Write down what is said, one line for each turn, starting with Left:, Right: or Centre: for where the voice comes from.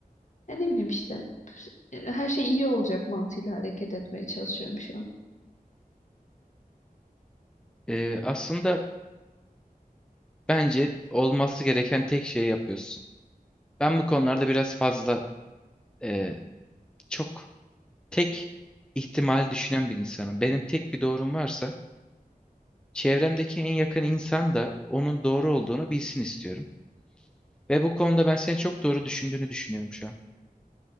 Left: Ya ne bileyim işte e, her şey iyi olacak mantığıyla hareket etmeye çalışıyorum şu an.
Centre: E, aslında Bence olması gereken tek şeyi yapıyorsun. Ben bu konularda biraz fazla e, çok tek ihtimal düşünen bir insanım. Benim tek bir doğrum varsa çevremdeki en yakın insan da onun doğru olduğunu bilsin istiyorum. Ve bu konuda ben seni çok doğru düşündüğünü düşünüyorum şu an.